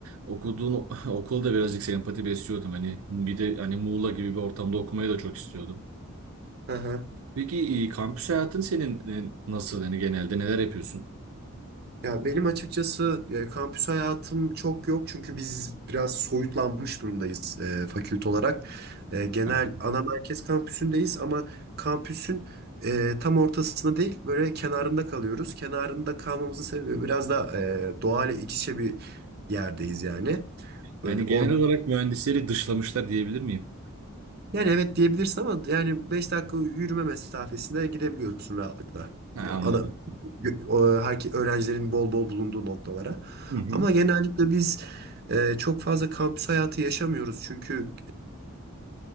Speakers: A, on the right (about 75°); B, on the right (about 50°).
A: okuduğun o- <laughs> okulda birazcık sempati besliyordum. Hani bir de hani Muğla gibi bir ortamda okumayı da çok istiyordum.
B: Hı hı.
A: Peki e, kampüs hayatın senin e, nasıl? Yani genelde neler yapıyorsun?
B: Ya benim açıkçası e, kampüs hayatım çok yok çünkü biz biraz soyutlanmış durumdayız e, fakülte olarak. E, genel
A: Ha.
B: ana merkez kampüsündeyiz ama kampüsün e, tam ortasında değil böyle kenarında kalıyoruz. Kenarında kalmamızın sebebi biraz da e, doğayla iç içe bir yerdeyiz yani.
A: Yani
B: Böyle Evet.
A: genel olarak mühendisleri dışlamışlar diyebilir miyim?
B: Yani evet diyebilirsin ama yani 5 dakika yürüme mesafesinde gidebiliyorsun rahatlıkla.
A: Ha,
B: Ya
A: anladım.
B: Ana, o, herke- öğrencilerin bol bol bulunduğu noktalara.
A: Hı hı.
B: Ama genellikle biz e, çok fazla kampüs hayatı yaşamıyoruz. Çünkü